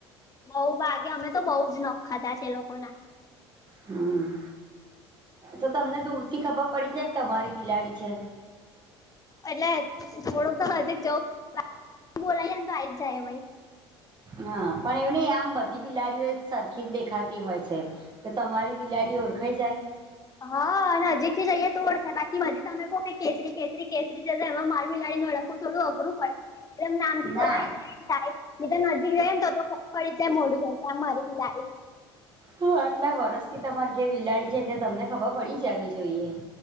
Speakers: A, on the left; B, on the right.
A: બઉ ભાગે અમે તો બઉ જ નખ ખાધા છે એ લોકો ના.
B: હમ્મ. તો તમને દૂર થી ખબર પડી જાય કે, તમારી બિલાડી છે?
A: એટલે થોડુંક તો નજીક જવું જ બોલાવી લઈ ને તો આયી જ જાય, એવાઈ.
B: હા. પણ એવું નહી, આમ બધી બિલાડીઓ એક સરખી જ દેખાતી હોય છે. તો તમારી બિલાડી ઓળખાઈ જાય?
A: હા નજીક થી જઈએ તો ઓળખાય બાકી બાજી તમે કો કે કેસરી-કેસરી-કેસરી જ એમાં માર મીલાડીને નડ. થોડું અઘરું પડે. એટલે અમે નામથી
B: ના
A: બોલાય એ તો નજીક જઈને તો તો ખબર પડી જ જાય મોઢું જોઈ ત આ મારી બિલાડી.
B: હ આટલા વરસથી તમારે ઘેરા બિલાડી છે એટલે તમને ખબર પડી જવી જોઈએ